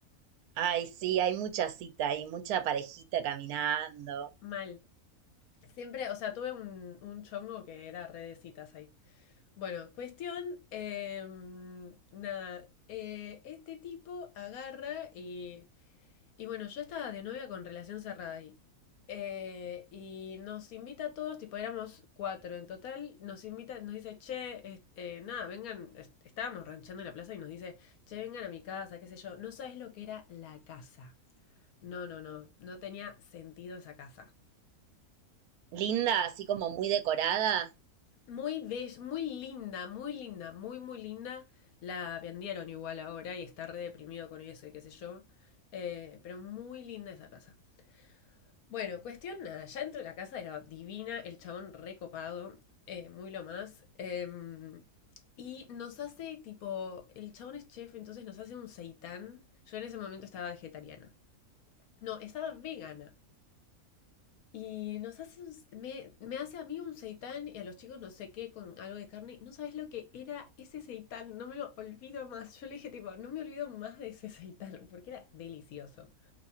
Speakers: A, on the right; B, on the left.
A: Ay, sí, hay mucha cita y mucha parejita caminando.
B: Mal. Siempre, o sea, tuve un, un chongo que era re de citas ahí. Bueno, cuestión, em, nada, eh, este tipo agarra y, y bueno, yo estaba de novia con relación cerrada ahí. Eh, y nos invita a todos, tipo éramos cuatro en total, nos invita, nos dice, che, es- eh, nada, vengan, es- estábamos ranchando en la plaza y nos dice, che, vengan a mi casa, qué sé yo, no sabes lo que era la casa. No, no, no, no tenía sentido esa casa.
A: Linda, así como muy decorada,
B: Muy bella, muy linda, muy linda, muy, muy linda. La vendieron igual ahora y está re deprimido con eso y qué sé yo. Eh, pero muy linda esa casa. Bueno, cuestión nada, ya dentro de la casa era divina, el chabón recopado, eh, muy lo más. Em, y nos hace tipo, el chabón es chef, entonces nos hace un seitán. Yo en ese momento estaba vegetariana. No, estaba vegana. Y nos hace un, me, me hace a mí un seitán y a los chicos no sé qué con algo de carne. No sabes lo que era ese seitán, no me lo olvido más. Yo le dije tipo, no me olvido más de ese <laughs> seitán porque era delicioso.